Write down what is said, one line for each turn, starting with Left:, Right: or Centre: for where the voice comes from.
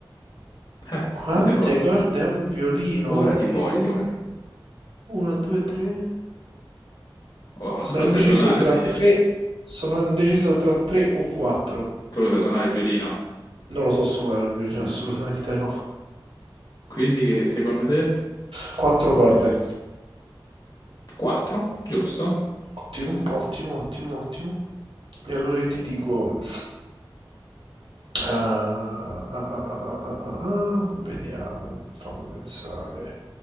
Left: Eh,
Right: Quante
Left: mo te voglio.
Right: corde ha un violino?
Left: Ora ti
Right: E
Left: voglio.
Right: una, una, due, tre?
Left: Oh,
Right: Sono
Left: <laughs> lo
Right: indeciso
Left: sai suonare
Right: tra
Left: te?
Right: tre. Sono indeciso tra tre o quattro.
Left: Tu lo sai suonare il violino?
Right: Non lo so suonare il violino,
Left: Mm.
Right: assolutamente no.
Left: Quindi che secondo te?
Right: Quattro corde.
Left: Quattro, giusto?
Right: Ottimo, ottimo, ottimo, ottimo. E allora io ti dico. eh, ah, ah, ah, ah, ah, ah, ah, vediamo, fammi pensare.